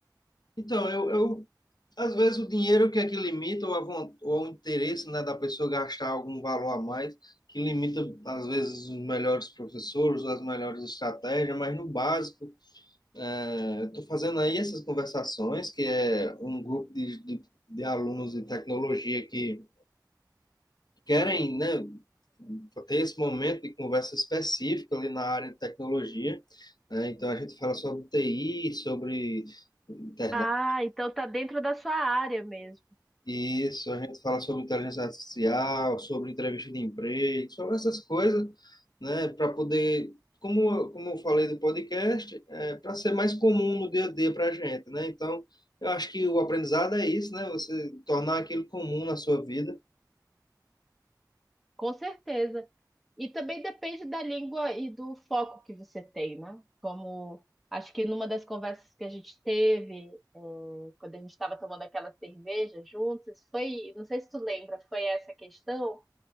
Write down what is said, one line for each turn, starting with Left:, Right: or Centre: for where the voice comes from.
Left: então eu, eu Às vezes o dinheiro que é que limita, ou, a von- ou o interesse, né, da pessoa gastar algum valor a mais, que limita, às vezes, os melhores professores, as melhores estratégias, mas no básico, é, estou fazendo aí essas conversações, que é um grupo de, de, de alunos de tecnologia que querem, né, ter esse momento de conversa específica ali na área de tecnologia, né? Então a gente fala sobre TI, sobre internet
Centre: Ah, então tá dentro da sua área mesmo.
Left: Isso, a gente fala sobre inteligência artificial, sobre entrevista de emprego, sobre essas coisas, né, para poder, como, eu- como eu falei do podcast, é, para ser mais comum no dia a dia para a gente, né? Então, eu acho que o aprendizado é isso, né? Você tornar aquilo comum na sua vida.
Centre: Com certeza. E também depende da língua e do foco que você tem, né? Como acho que numa das conversas que a gente teve, eh, quando a gente estava tomando aquela cerveja juntos, foi, não sei se tu lembra, foi essa questão